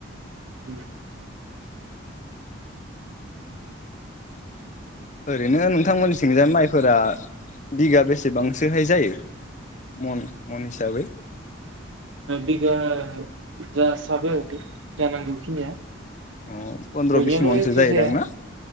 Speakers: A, on the right; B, on the left.
A: उम
B: ओरैनो नोंथांमोननि सिंजा माइफोरा बिगा बेसेबांसोहाय जायो मन मन हिसाबै?
A: बिगा जासाबो जानांगौखिनिया।
B: अ पन्द्र'
A: बयनियाबो
B: बिस मनसो
A: एखे
B: जयो
A: जाया।
B: दांना ना?